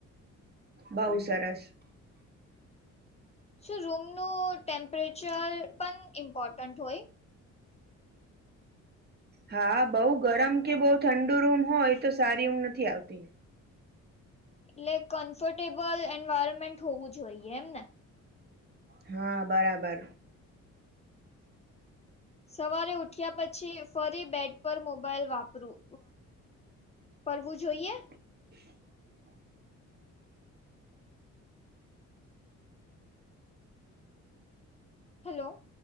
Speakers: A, on the right; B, on the left.
A: બહઉુ સરસ
B: શું રૂમનું ટેમ્પરેચર પણ ઇમ્પોર્ટન્ટ હોય
A: હા બઉ ગરમ કે બઉ ઠંડુ રૂમ હોય તો સારી ઊમ નથી આવતી
B: એટલે કમ્ફર્ટેબલ એન્વાયરમેન્ટ હોવું જોઈએ એમ ને
A: હા બરાબર
B: સવારે ઉઠ્યા પછી ફરી બેડ પર મોબાઈલ વાપરું પવું જોઈએ
A: <inaudible>
B: હેલો.